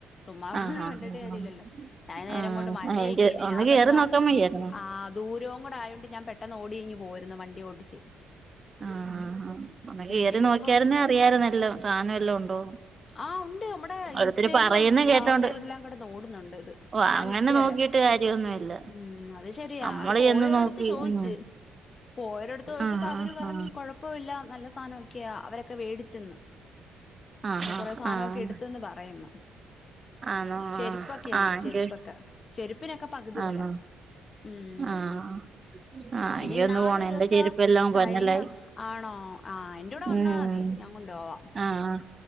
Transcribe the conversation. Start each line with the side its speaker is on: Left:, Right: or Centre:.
Left: ചുമ്മാ
Right: ആഹ്
Left: ഇത് കണ്ടിട്ട്
Right: ആഹ്
Left: കാര്യല്ലല്ലോ ഞാൻ നേരം
Right: ആഹ്
Left: കൊണ്ട് മഴയക്കയായില്ല
Right: ആഹ് ഒന്ന്
Left: ഞാൻ
Right: കേറി
Left: പെട്ടെന്ന്
Right: നോക്കാൻ വയ്യായിരുന്നോ
Left: ആഹ്. ദൂരൊങ്കൂടെ ആയോണ്ട് ഞാൻ പെട്ടെന്ന് ഓടി ഇങ്ങ്പോയിരുന്നു വണ്ടി ഓട്ടിച്ച്.
Right: ആഹ് ആഹ് ആഹ് അമ്മക്ക് ഏത്
Left: നീ പോകുമ്പോ
Right: നോക്കിയരുന്നേ അറിയാരുന്ന എല്ലാം സാനം എല്ലാം ഉണ്ടോന്ന്.
Left: ആഹ് ഉണ്ട് നമ്മടെ
Right: ഓരോരുത്തര്
Left: ഇൻസ്റ്റയിലും
Right: പറയുന്ന കേട്ടോണ്ട്
Left: അവിടെ ഇവിടെല്ലാം കടന്നോടുന്നുണ്ട് ഇത്
Right: ഓ
Left: ഞൻ
Right: അങ്ങനെ
Left: ഇട്ടേരാം.
Right: നോക്കിട്ട് കാര്യൊന്നുല്ല
Left: ഉം. അത് ശെരിയാ
Right: നമ്മള്
Left: അത് പോയവരടുത്ത്
Right: ചെന്ന് നോക്കി
Left: ചോദിച്ച്.
Right: ഉം
Left: പോയരടുത്ത് ചോയ്ച്ചപ്പോ
Right: ആഹ്
Left: അവര്
Right: ആഹ്
Left: പറഞ്ഞു കൊഴ പ്പുല്ലാ നല്ല സാനൊക്കെയാ അവരൊക്കെ വേടിച്ചന്ന്.
Right: ആഹ്
Left: ങ്ങൾ
Right: ആഹ്
Left: കൊറേ സാനോക്കെ
Right: ആഹ്
Left: എടുത്തന്ന് പറയുന്നു.
Right: ആണോ
Left: ചെരുപ്പൊക്കെയുണ്ട്
Right: ആഹ് ആഹ് എങ്കി
Left: ചെരുപ്പൊക്കെ ചെരുപ്പിനൊക്കെ പകുതി
Right: ആണോ
Left: വില. ഉം.
Right: ആഹ് ആഹ് എങ്കി
Left: ഇനിനാള്
Right: ഒന്ന് പോണം
Left: ഒരീസം
Right: എന്റെ ചെരുപ്പെല്ലാം
Left: കഴിഞ്ഞു
Right: പന്നലായി
Left: ആഹ് ണോ ആഹ് എന്റെ കൂടെ വന്നാമതി
Right: ഉം
Left: ഞാൻ കൊണ്ടോവാം
Right: ആഹ്